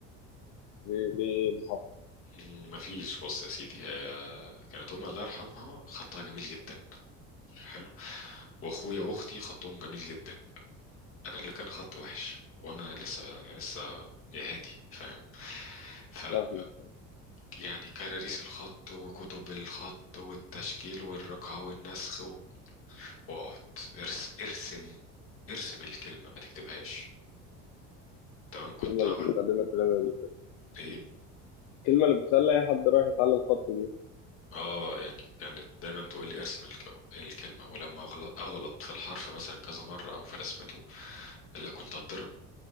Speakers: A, on the left; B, on the left.
A: ليه ليه اللي حصل
B: ما فيش بص يا سيدي هي كانت امي الله يرحمها خطها جميل جدا حلو واخويا واختي خطهم جميل جدا انا اللي كان خطي وحش وانا لسه لسه يا هادي فاهم فلا
A: فاهمك
B: يعني كراريس الخط وكتب الخط والتشكيل والرقعة والنسخ و- واقعد ارس ارسم ارسم الكلمة ما تكتبهاش تمام كنت
A: الكلمة
B: هقعد
A: اللي بتتعلمها كلنا دي كده.
B: ايه
A: الكلمة اللي بتخلي أي حد رايح يتعلم خط دي
B: اه يعني كانت دايما تقول لي ارسم الك- الكلمه ولما اغلط اغلط في الحرف مثلا كذا مره او في رسمته لا كنت اتضرب